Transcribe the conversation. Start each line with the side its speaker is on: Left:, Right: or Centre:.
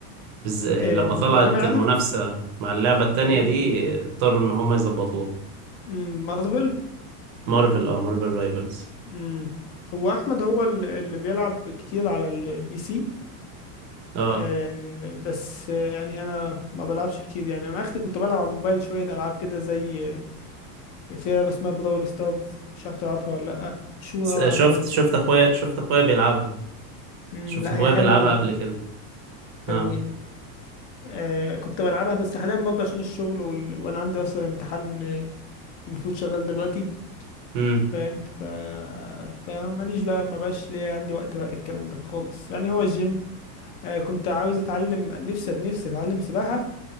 Right: بز... لما
Left: آه
Right: طلعت
Left: وأنا عارف
Right: المنافسه مع اللعبه التانية
Left: كان
Right: دي اضطروا ان هم يظبطوها
Left: مم، مارفل
Right: مارفل او مارفل رايفلز
Left: امم هو أحمد هو ال- اللي بيلعب كتير على البي سي
Right: اه
Left: آه، بس آه، يعني انا ما بلعبش كتير يعني انا اخر كنت بلعب على الموبايل شويه العاب كده زي آه، في لعبه اسمها براول ستارز مش عارف تلعبها ولا لا مشهوره
Right: س-
Left: قوي على
Right: شفت
Left: الموبايل
Right: شفت اخويا شفت اخويا بيلعبها
Left: امم
Right: شفت
Left: لا
Right: اخويا
Left: هي حلوه
Right: بيلعبها
Left: جدا
Right: قبل كده
Left: حلوه
Right: اه
Left: جدا آه كنت بلعبها بس حاليا برضه عشان الشغل وال... وانا عندي اصلا امتحان آه، المفروض شغال دلوقتي
Right: امم
Left: فاهم ف... فماليش بقى ما بقاش ليا عندي وقت بقى للكلام ده خالص يعني هو الجيم آه كنت عاوز اتعلم نفسي نفسي اتعلم سباحه